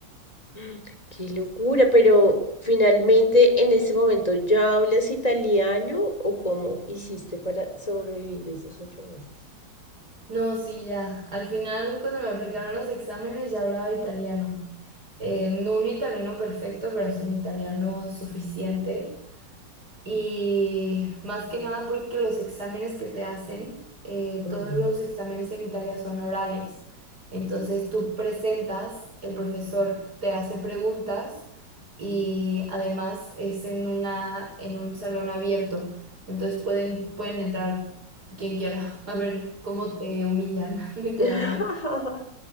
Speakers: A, on the left; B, on the right.
A: <gasps> Qué locura, pero finalmente en ese momento ¿ya hablas italiano o cómo hiciste para sobrevivir esos ocho meses?
B: No, sí, ya. Al final, cuando me aplicaron los exámenes, ya hablaba italiano. Eh, no un italiano perfecto, pero sí un italiano suficiente. Y más que nada porque los exámenes que te hacen, eh,
A: Ujú.
B: todos los exámenes en Italia son orales. Entonces tú presentas, el profesor te hace preguntas y además es en una, en un salón abierto. Entonces pueden, pueden entrar quien quiera <laughs> a ver cómo te humillan, <laughs> literalmente.
A: <laughs>